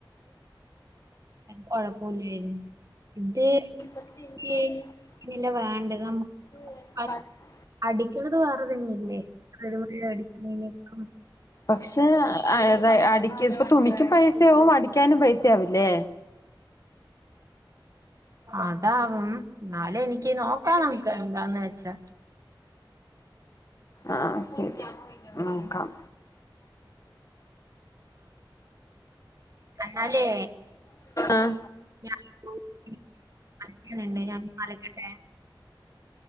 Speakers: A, on the right; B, on the left.
A: കൊഴപ്പുല്ലാരുന്നു ഇത്
B: <unintelligible>
A: ഈ ഇങ്ങനെയല്ല വേണ്ടത് നമുക്ക് അ- അടിക്കണത് വേറെ തന്നെയല്ലേ <unintelligible>
B: പക്ഷെ അ റെ അടിക്ക് ഇപ്പൊ തുണിക്കും പൈസയാവും അടിക്കാനും പൈസയാവില്ലേ
A: അതാവും ന്നാലു എനിക്ക് നോക്കാ നമ്മുക്ക് എന്താന്ന് വെച്ചാ
B: ആഹ ശരി നോക്കാം
A: കണ്ടാലേ
B: ആഹ
A: <unintelligible>